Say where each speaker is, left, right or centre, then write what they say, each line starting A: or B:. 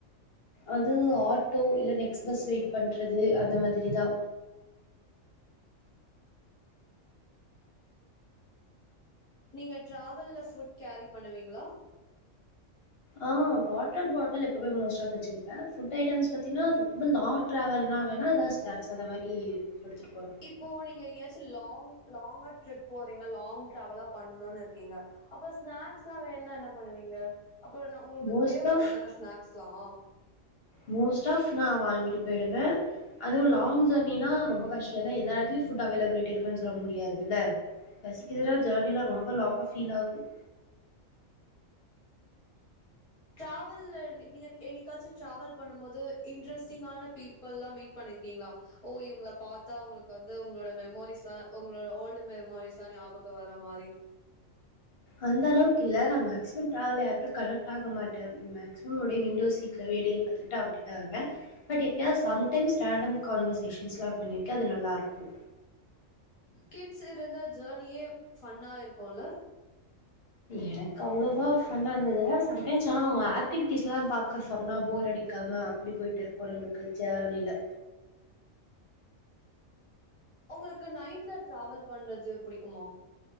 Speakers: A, on the left; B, on the left.
A: அது ஆட்டோ இல்ல நெக்ஸ்ட்பஸ் வெயிட் பண்றது அந்த மாதிரிதா
B: நீங்க டிராவல்ல ஃபுட் கேரி பண்ணுவீங்களா
A: ஆ வாட்டர் பாட்டில் எப்பவே மோஸ்ட் ஆ வச்சிருப்பே புட் ஐட்டம்ஸ் து ரொம்ப லாங் ட்ராவல் நா வேணா ஏதாவது ஸ்நாக்ஸ் அந்த மாரி எடுத்துட்டு போவே
B: இப்போ நீங்க எங்கயாச்சு லாங் லாங்கா ட்ரிப் போறீங்க லாங் ட்ராவலா பண்ணுன்னுருக் அப்ப ஸ்நாக்ஸ்ல்லா வேணுன்னா என்ன பண்ணுவீங்க அப்பறோ நா உங்களுக்கு
A: மோஸ்ட்
B: தேவப்படு
A: ஆஃப்
B: தான ஸ்நாக்ஸ் <unintelligible>
A: மோஸ்ட் ஆஃப் நா வாங்கிட்டு பெய்றே அதுவும் லாங் ஜேர்னினா ரொம்ப கஷ்டோ ஏனா எல்லா எடத்துலயு ஃபுட் அவைலபிலிட்டி இருக்கு சொல்ல முடியாதுல்ல ரசிக்கிறதுனா ஜேர்னிலா ரொம்ப லாங்கா ஃபீலாகும்
B: டிராவல்ல நீ நீங்க என்னைக்காச்சு டிராவல் பண்ணும் போது இன்ட்ரெஸ்டிங்கான பீப்பிள்ல்லாம் மீட் பண்ணிருக்கீங்களா ஓ இவங்கள பாத்தா உங்களுக்கு வந்து உங்களோட மெமோரிஸ்லா உங்களோட ஓல்டு மெமோரிஸ்லா ஞாபகோ வர மாரி
A: அந்த அளவுக்கு இல்ல நா மேக்சிமம் டிராவல் யாருகிட்ட கனெக்ட் ஆக மாட்டே மேக்சிமம் அப்டியே விண்டோ சீட்ல வேடிக்கை பாத்துக்கிட்டு அப்டிதா வருவே பட் எப்யாவது சம்டைம்ஸ் ரண்டம் கான்வர்சேஷன்ஸ்ல்லா பண்ணியிருக்கே அது நல்லாருக்கு
B: கிட்ஸ் இருந்தா ஜேர்னியே ஃபன்னா இருக்குல்ல
A: எனக்கு அவ்ளோவா ஃபன்னா இருந்ததுல்ல சம்டைம்ஸ் ஆனா அவங்க ஆக்டிவிட்டிஸ்லாம் பாக்க ஃபன்னா போர் அடிக்காம அப்டி போயிட்டு இருக்கோல்ல நம்மளுக்கு ஜேர்னில
B: உங்களுக்கு நைட்ல டிராவல் பண்றது புடிக்குமா